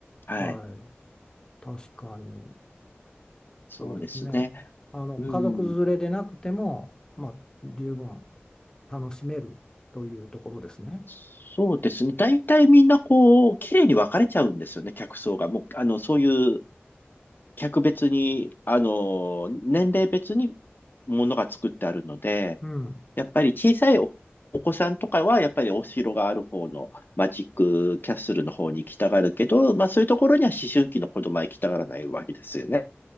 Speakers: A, on the left; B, on the left.
A: はい。
B: はい。確かに、
A: そうですね。
B: そうですね。あの、
A: うん、
B: 家族連れでなくても、まあ、十分楽しめるというところですね。
A: そうですね。大体みんなこう、綺麗に分かれちゃうんですよね、客層が。もう、あの、そういう客別に、あの、年齢別にものが作ってあるので、
B: うん。
A: やっぱり小さいお、お子さんとかは、やっぱりお城がある方のマジックキャッスルの方に行きたがるけど、まあそういうところには思春期の子供は行きたがらないわけですよね。